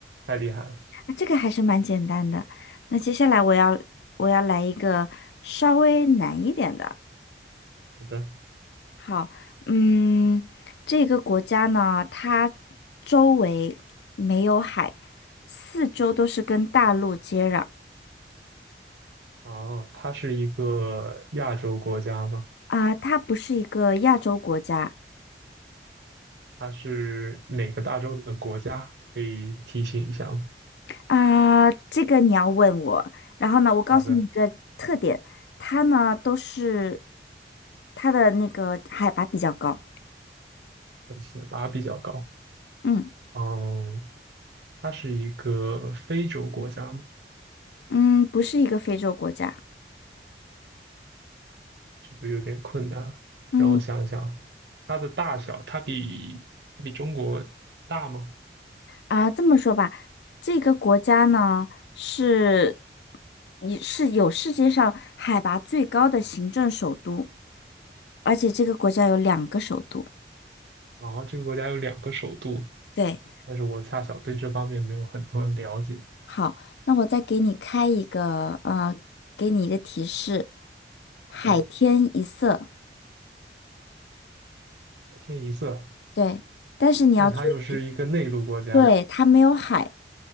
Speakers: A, on the right (about 80°); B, on the left (about 75°).
A: 太厉害了。
B: 啊，这个还是蛮简单的。那接下来我要我要来一个稍微难一点的。
A: 好的，
B: 好，嗯，这个国家呢，它周围没有海，四周都是跟大陆接壤
A: 哦，它是一个亚洲国家吗？
B: 啊，它不是一个亚洲国家，
A: 它是哪个大洲的国家？可以提醒一下吗？
B: 啊，这个你要问我。然后呢，我告诉你一个特点，
A: 好的，
B: 它呢都是它的那个海拔比较高。
A: 分次拔比较高。
B: 嗯
A: 嗯，它是一个非洲国家吗？
B: 嗯，不是一个非洲国家。
A: 这就有点困难了。
B: 嗯
A: 让我想一想，它的大小，它比它比中国大吗？
B: 啊，这么说吧，这个国家呢是也是有世界上海拔最高的行政首都，而且这个国家有两个首都。
A: 然后这个国家有两个首都，
B: 对，
A: 但是我恰巧对这方面没有很多的了解。
B: 好，那我再给你开一个，呃，给你一个提示，
A: 好的，
B: 海天一色。
A: 白天一色，
B: 对，但是你要注意，
A: 但它又是一个内陆国家
B: 对，它没有海，